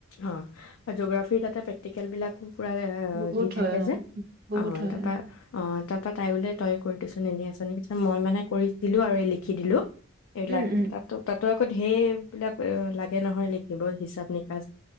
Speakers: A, on the left; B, on the right.
A: অ আৰু জোগ্ৰাফিৰ তাতে প্ৰেক্টিকেল বিলাক পুৰা
B: বহুত
A: দি থাক
B: হয় অ
A: যে
B: বহুত
A: অ
B: হয়
A: তাৰপা অ। তাৰ পৰা তাই বোলো তই কৰি দিচোন এনেই আছ নে কি মই মানে কৰি দিলো আৰু এই লিখি দিলো। এইিলাক
B: উম উম
A: তাতো তাতো। হৈই বিলাক লাগে নহয় লিখিব হিচাপ নিকা।